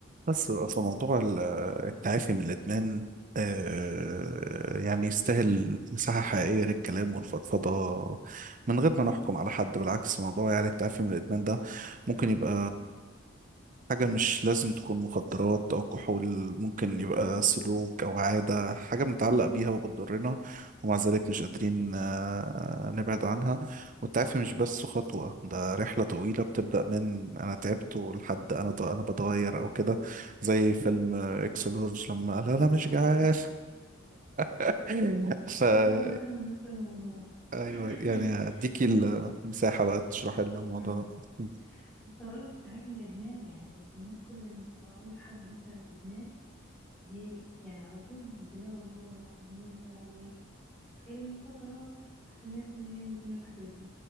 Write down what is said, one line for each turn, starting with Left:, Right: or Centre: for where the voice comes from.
Right: بس في موضوع ال- التعافي من الإدمان آه، يعني يستاهل مساحة حقيقية للكلام والفضفضة من غير ما نحكم على حد بالعكس موضوع يعني التعافي من الإدمان ده ممكن يبقى حاجة مش لازم تكون مخدرات أو كحول ممكن
Left: بالظبط
Right: يبقى سلوك
Left: كده
Right: أو عادة حاجة
Left: صح
Right: بنتعلق بيها وبتضرنا ومع ذلك مش قادرين آه، نبعد عنها والتعافي مش بس خطوة ده رحلة طويلة بتبدأ من أنا تعبت لحد أنا أنا بتغير أو كده زي فيلم اكسلورج لما قال انا مش
Left: <laughs>
Right: جعان <laughs> فا
Left: ايوه هو نفس الموضوع ده
Right: ايوه
Left: <coughs>
Right: يعني
Left: <clears throat>
Right: اديكي
Left: هقول لك بقى
Right: المساحة بقى تشرحي لنا الموضوع
Left: أمم.
Right: <laughs>
Left: بص هقول لك انت عارف ان الادمان يعني الناس كل ما اقول لحد مثلا ادمان هي يعني على طول دماغه اللي هو ادمان بقى الايه المخدرات الناس اللي هي مدمنه الحاجات دي